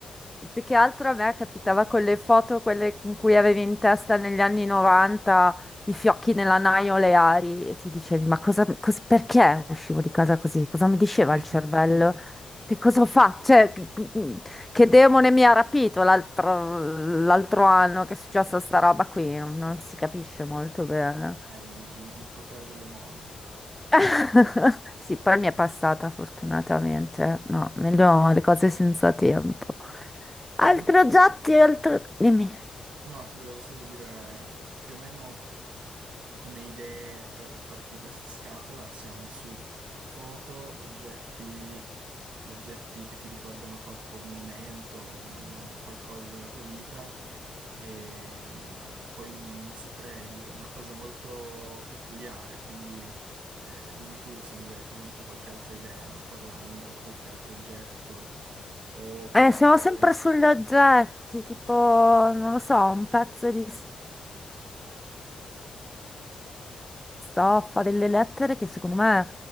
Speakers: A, in the centre; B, on the right.
A: Più che altro a me capitava con le foto, quelle in cui avevi in testa negli anni 90 i fiocchi nella naio oleari e ti dicevi: Ma cosa, cos- perché uscivo di casa così? Cosa mi diceva
B: <laughs>
A: il cervello? Che cosa ho fatto? Cioè, che che demone mi ha rapito l'altro l'altro anno che è successa sta roba qui? Non, non si capisce molto bene.
B: Eh, il, il- il potere delle mode.
A: <laughs> Sì, poi mi è passata fortunatamente. No, meglio le cose senza tempo. Altri
B: Comunque...
A: oggetti, altro... dimmi.
B: No, ti volevo solo dire più o meno come idee per farti questa scatola, siamo su foto, oggetti, oggetti che ti ricordano qualco- un momento, un- qualcosa della tua vita e poi non, non saprei, è una cosa molto peculiare, quindi eh, dimmi tu se magari ti è venuta qualche altra idea parlando, qualche altro oggetto o con
A: Eh,
B: la
A: siamo
B: lettera.
A: sempre sugli oggetti, tipo, non lo so, un pezzo di stoffa, delle lettere che secondo me,